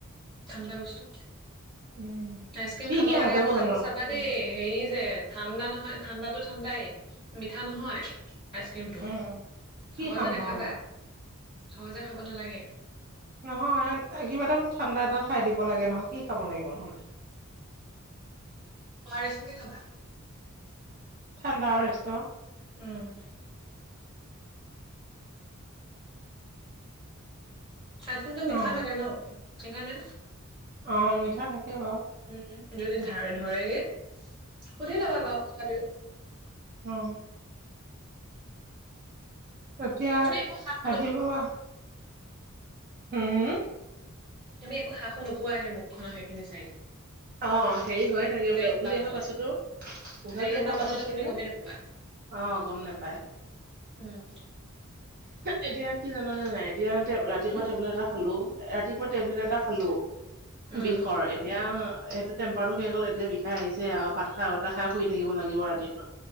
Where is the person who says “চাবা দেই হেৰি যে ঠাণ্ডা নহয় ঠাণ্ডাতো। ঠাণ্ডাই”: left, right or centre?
Right